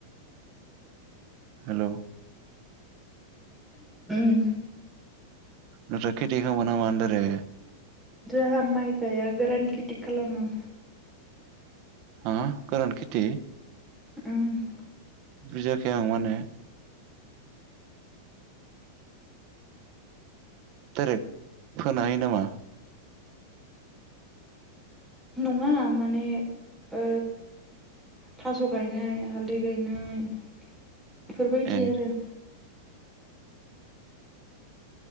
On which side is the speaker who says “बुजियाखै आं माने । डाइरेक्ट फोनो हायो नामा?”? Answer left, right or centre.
Right